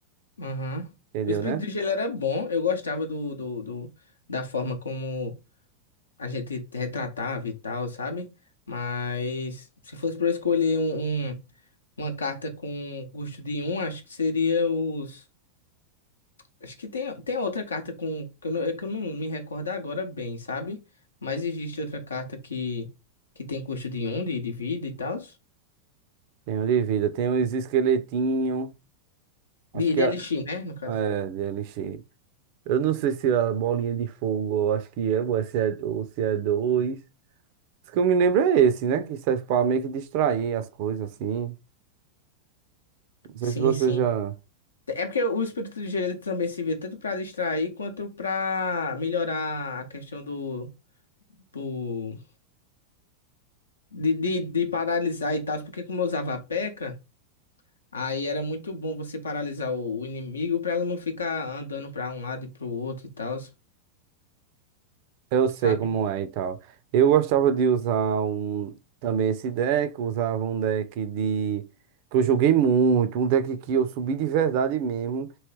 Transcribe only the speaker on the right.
entendeu,
né?
Tem o de vida, tem os esqueletinhos, acho
que
a,
é, DLX. Eu não sei se é a bolinha de fogo, eu acho que é, ou se é, ou se é dois. Isso que eu me lembro é esse, né? Que serve pra meio que distrair as coisas, assim. Não sei
se você
já...
Eu sei
como é e tal. Eu gostava de usar um... também esse deck. Usava um deck de... Que eu joguei muito. Um deck que eu subi de verdade mesmo.